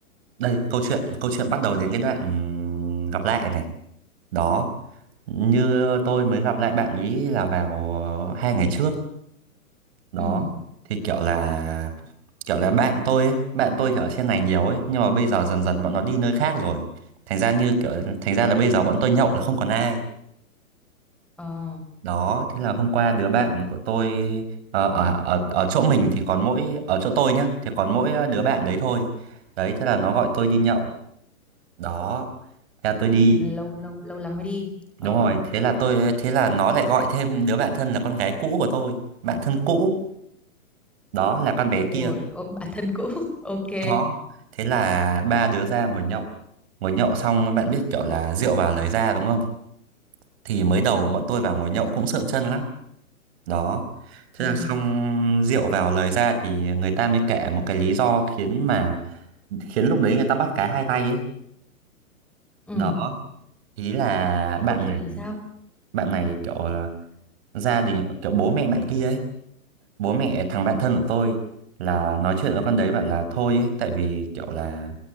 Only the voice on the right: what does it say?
đây câu chuyện câu chuyện bắt đầu đến cái đoạn ừm, gặp lại này. đó như tôi mới gặp lại bạn ý là vào ờ, hai ngày trước đó
thì kiểu là kiểu là bạn tôi ấy, bạn tôi thì ở trên này nhiều ấy nhưng mà bây giờ dần dần bọn nó đi nơi khác rồi thành ra như kiểu thành ra là bây giờ bọn tôi nhậu là không còn ai
đó thế là hôm qua đứa bạn của tôi ờ, ở ở ở chỗ mình thì còn mỗi ở chỗ tôi nhá thì còn mỗi đứa bạn đấy thôi đấy thế là nó gọi tôi đi nhậu đó thế là tôi đi
Đúng rồi, thế là tôi thế là nó lại gọi thêm đứa bạn thân là con gái cũ của tôi, bạn thân cũ, đó là con bé kia.
Đó. Thế là ba đứa ra ngồi nhậu. Ngồi nhậu xong bạn biết kiểu là rượu vào lời ra đúng không? Thì mới đầu bọn tôi vào ngồi nhậu cũng sượng chân lắm. Đó. Thế
là xong rượu vào lời ra thì người ta mới kể một cái lý do khiến mà khiến lúc đấy người ta bắt cá hai tay ấy.
Đó, ý là
bạn
này
bạn này kiểu là gia đình kiểu bố mẹ bạn kia ấy bố mẹ thằng bạn thân của tôi là nói chuyện với con đấy bảo là thôi ấy, tại vì kiểu là